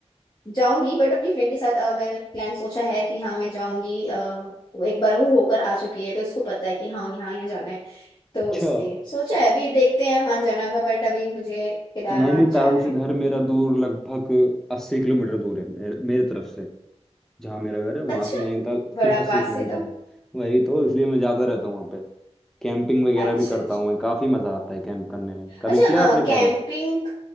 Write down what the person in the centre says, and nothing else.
अच्छा
नैनीताल
से
घर मेरा दूर लगभग अस्सी किलोमीटर दूर है मेरे, मेरे तरफ से जहाँ मेरा घर है वहां
से नैनीताल
सिर्फ अस्सी
किलोमीटर
है वही तो इसलिए मैं ज्यादा रहता हूँ वहाँ पे कैंपिंग वगैरह
भी करता
हूँ मैं काफी मजा आता है कैंप करने में कभी
किया आपने कैंप